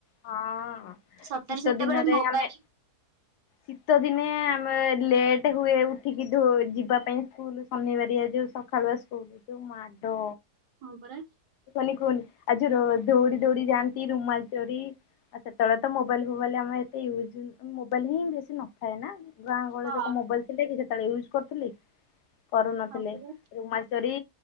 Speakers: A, on the left; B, on the right.
A: ହଁ
B: ସତରେ
A: ଶୀତ
B: ସେତେବେଳେ
A: ଦିନରେ
B: ମୋବାଇଲ
A: ଆମେ ଶୀତ ଦିନେ
B: କ
A: ଆମେ ଲେଟ ହୁଏ ଉଠିକି ଢୋ ଯିବା ପାଇଁ ସ୍କୁଲ। ଶନିବାରିଆ ଯୋଉ ସକାଳୁଆ ସ୍କୁଲ ଯୋଉ ମାଡ଼।
B: ହଁ ପରା।
A: ନି କୁହନି ଆଜି ର ଦୌଡି ଦୌଡି ଯାଆନ୍ତି ରୁମାଲ ଚୋରି ଆଉ ସେତେବେଳେ ତ ମୋବାଇଲ ଫୋବାଇଲ ବୋଲି ଆମର ଏତେ ୟୁଜ ମୋବାଇଲ ହିଁ ବେଶୀ ନଥାଏ ନା। ଗାଁ ଗହଳିରେ
B: ହଁ।
A: କଣ ମୋବାଇଲ ଥିଲା କି ସେତେବେଳେ ୟୁଜ କରୁଥିଲେ କରୁନଥିଲେ
B: ହଁ ପରା
A: ରୁମାଲ ଚୋରି